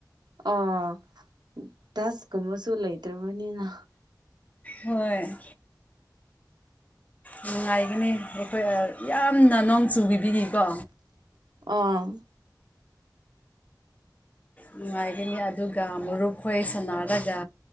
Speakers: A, on the right (about 70°); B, on the left (about 20°).
A: ꯑ ꯁꯀꯨꯝꯕꯁꯨ ꯂꯩꯇ꯭ꯔꯕꯅꯤꯅ
B: ꯍꯣꯏ ꯅꯨꯡꯉꯥꯏꯒꯅꯤ ꯑꯩꯈꯣꯏ ꯌꯥꯝꯅ ꯅꯣꯡ ꯆꯨ ꯄꯤꯕꯤꯈꯤꯀꯣ
A: ꯑꯥ
B: ꯅꯨꯡꯉꯥꯏꯒꯅꯤ ꯑꯗꯨꯒ ꯃꯔꯨꯞ ꯈꯣꯏ ꯁꯅꯔꯒ